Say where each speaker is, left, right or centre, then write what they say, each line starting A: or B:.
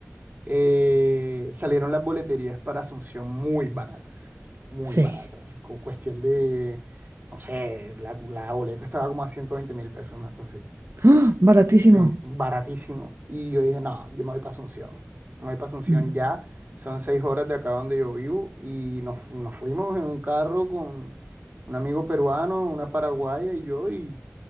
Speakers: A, on the right; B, on the right.
A: eh, salieron las boleterías para Asunción muy baratas, muy
B: Sí.
A: baratas. cu- Cuestión de, no sé, la, la boleta estaba como a 120 mil pesos, una cosa así.
B: ¡Ah! Baratísimo.
A: Sí, baratísimo. Y yo dije, no, yo me voy para Asunción. Me voy para Asunción
B: Mm,
A: ya. Son seis horas de acá donde yo vivo y nos, fu- nos fuimos en un carro con un amigo peruano, una paraguaya y yo y...